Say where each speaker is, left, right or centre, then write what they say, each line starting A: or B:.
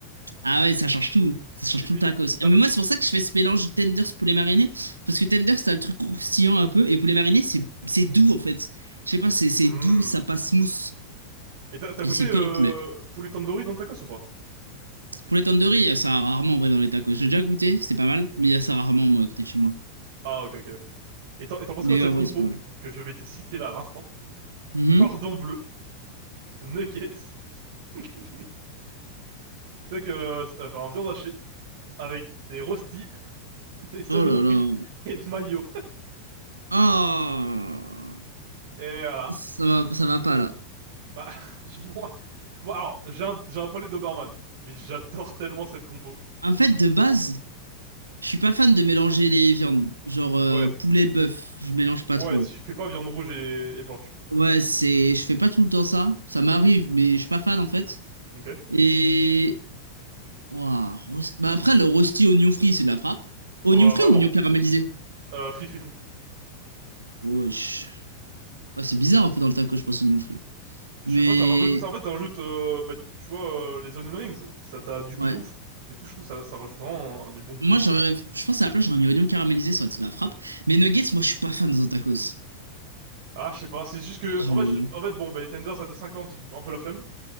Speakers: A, on the right; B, on the right.
A: Ah ouais, ça change tout. Ça change
B: Et
A: tout
B: t'es-
A: le tacos.
B: t'as,
A: Mais moi, c'est pour ça que je fais ce mélange de tenders poulet mariné. Parce que tenders, t'as le truc croustillant un peu. Et poulet mariné, c'est c'est doux en fait. Je sais pas, c'est c'est
B: Hmm.
A: doux, ça passe smooth.
B: Et t'as t'as goûté,
A: Et c'est
B: euh,
A: que du poulet.
B: poulet tandoori dans le tacos ou pas?
A: Poulet tandoori, ça a rarement en vrai dans les tacos. J'ai déjà goûté, c'était pas mal. Mais il y a ça rarement moi à côté de chez moi.
B: Ah, ok, ok. Et t'en et t'en penses
A: Mais
B: quoi de cette
A: en
B: compo
A: vrai, c'est pas mal.
B: que je vais te citer là à l'instant?
A: Mhm.
B: Cordon bleu, nuggets, <laughs> c'est que, euh, enfin, viande hachée, avec des rostis, <laughs> des
A: Oh
B: oignons
A: là
B: frits
A: là.
B: et mayo.
A: Ah.
B: Et voilà.
A: Ça va, ça va pas là.
B: Bah, <laughs> je- moi, moi, alors, j'ai un, j'ai un palais Doberman, mais j'adore tellement cette compo.
A: En fait, de base, je suis pas fan de mélanger les viandes. Genre euh,
B: Ouais,
A: poulet bœuf, je mélange pas
B: ouais,
A: trop.
B: tu fais pas viande rouge et, et blanche.
A: Ouais, c'est, je fais pas tout le temps ça. Ça m'arrive, mais je suis pas fan en fait.
B: Ok.
A: Et Ouah, roast- bah après le rosti oignon frit, c'est de la frappe. Oignon
B: Oh, bah,
A: frit
B: vraiment.
A: ou oignon caramélisé?
B: Euh, free, free, free.
A: Wesh. Ouais, c'est bizarre en fait dans le taco, je pense oignon frit.
B: Je
A: Mais
B: sais pas, ça rajoute, ça, en fait, ça rajoute, euh, bah, tu vois, euh, les onion rings, ça t'a du goût
A: ouais,
B: de ouf. Du coup, je trouve ça, ça rajoute vraiment euh, du bon goût.
A: moi j'aurais, je pense à la place j'aurais mis oignon caramélisé, ça aurait été de la frappe. Mais nuggets, moi je suis pas fan dans un tacos.
B: Ah, je sais pas, c'est juste que,
A: Je...
B: en fait, je- en fait, bon, bah, les tenders à deux cinquante un peu la flemme.